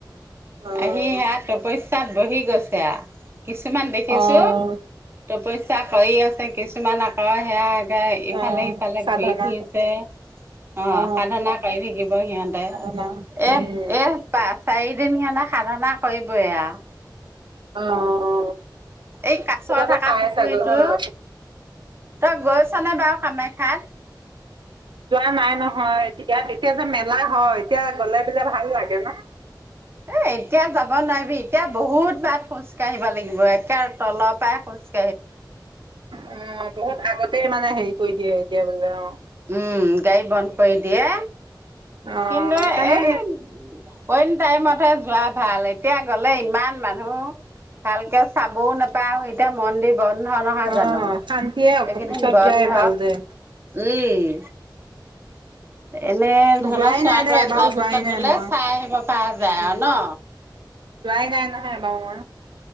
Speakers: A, on the right; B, on the right.
A: উম।
B: আহি সেইয়াত তপস্যা তাত বহি গৈছে আও। কিছুমান দেখিছোঁ
A: অ'।
B: তপস্যা কৰি আছে, কিছুমান আকৌ সেয়া আগে ইফালে-সিফালে
A: অ' সাধনা
B: ঘূৰি ফুৰিছে, অঁ!
A: অ
B: সাধনা কৰি থাকিব সিহঁতে।
A: সাধনা উম
B: এহ-এহ পা চাৰিদিন সিহঁতে সাধনা কৰিবই আৰু।
A: অ'।
B: এই কাছ
A: কিবা এটা
B: থকা
A: পাই
B: পুখুৰীটো,
A: চাগৈ হয়
B: তই গৈছানে বাৰু কামাখ্যা সাত
A: যোৱা নাই নহয় এতিয়া, তেতিয়া যে মেলা হয়। এতিয়া গলে বোলে ভাল লাগে ন?
B: এ এতিয়া যাব নোৱাৰিবি, এতিয়া বহুত বাট খোজ কাঢ়িব লাগিব একে তলৰ পৰাই খোজকাঢ়ি
A: উম! বহুত আগতেই মানে হেৰি কৰি দিয়ে। এতিয়া বে <unintelligible> অ
B: উম! গা়ড়ী বন্ধ কৰি দিয়ে।
A: অ'
B: কিন্তু
A: সেইকাৰণে
B: এই <unintelligible> টাইমত হে যোৱা ভাল, এতিয়া গ'লে ইমান মানুহ, ভালকে চাবও নাপাওঁ, এতিয়া মন্দিৰ বন্ধ নহয়
A: অ'
B: জানো
A: শান্তিয়ে
B: এইকেইদিন
A: পিছত
B: বন্ধ।
A: যোৱাই ভাল দে
B: উম! এনে ধৰি
A: যোৱাই
B: লক চোৱা-তোৱা
A: নাই দে এবাৰো
B: যোৱাৰ পিছত
A: যোৱাই নাই
B: গ'লে
A: মই
B: চাই আহিব পৰা যায়
A: উম,
B: আৰু ন?
A: যোৱাই নাই নহয় এবাৰু মই।